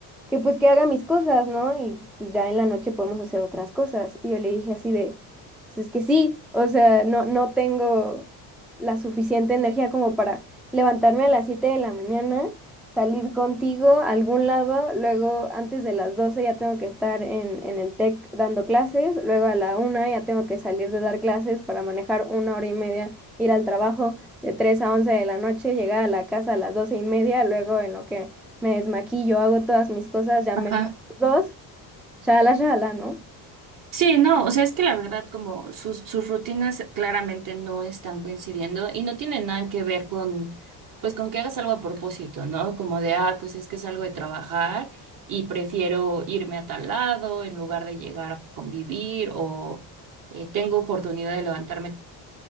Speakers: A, in the centre; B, on the right.
A: que pues que haga mis cosas, ¿no? Y pues ya en la noche podemos hacer otras cosas. Y yo le dije así de, pues es que sí, o sea, no, no tengo la suficiente energía como para levantarme a las 7 de la mañana salir contigo a algún lado, luego antes de las 12 ya tengo que estar en, en el TEC dando clases, luego a la una ya tengo que salir de dar clases para manejar una hora y media, ir al trabajo de 3 a 11 de la noche, llegar a la casa a las 12 y media, luego en lo que me desmaquillo, hago todas mis cosas, ya
B: Ajá.
A: media las 2, shalala, shalala, ¿no?
B: Sí, no, o sea, es que la verdad como sus, sus rutinas claramente no están coincidiendo y no tienen nada que ver con, pues con que hagas algo a propósito, ¿no? Como de, ah, pues es que salgo de trabajar y prefiero irme a tal lado en lugar de llegar a convivir o eh, tengo oportunidad de levantarme